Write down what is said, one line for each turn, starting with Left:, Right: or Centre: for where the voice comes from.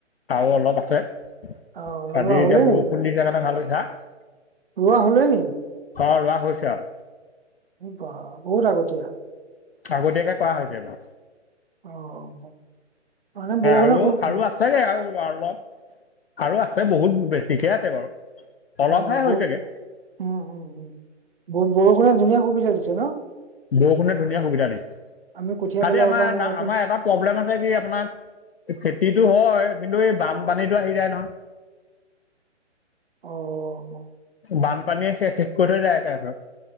Left: আৰু অলপ আছে। আজি
Right: আহ ৰোৱা হলে
Left: এতিয়া বৰষুণ দিছে কাৰনে ভাল হৈছে, আ!
Right: ৰুৱা হ'লে নেকি?
Left: অ', ৰোৱা হৈছে আৰু।
Right: বাহ, বহুত আগতিয়া।
Left: আগতীয়াকে কৰা হৈছে এইবাৰ।
Right: অ', মানে বৰষুনে
Left: আৰু
Right: কোব
Left: আৰু আছেগে আৰু অলপ, আৰু আছে বহুত বেছিকে আছে বাৰু। অলপহে
Right: অ বৌ
Left: হৈছেগে।
Right: উম, উম, উম। ব-বৰষুণে ধুনীয়া সুবিধা দিছে ন!
Left: বৰষুণে ধুনীয়া সুবিধা দিছে।
Right: আমি কঠীয়া
Left: খালি
Right: পেলাব
Left: আমাৰ
Right: পৰা নাই
Left: এটা
Right: ইয়াতে
Left: আমাৰ এটা প্ৰব্লেম আছে কি আপোনাৰ খেতিটো হয়, কিন্তু এই বানপানীতো আহি যায় নহয়।
Right: অ'।
Left: বানপানীয়ে শে-শেষ কৰি থৈ যায় একেবাৰে।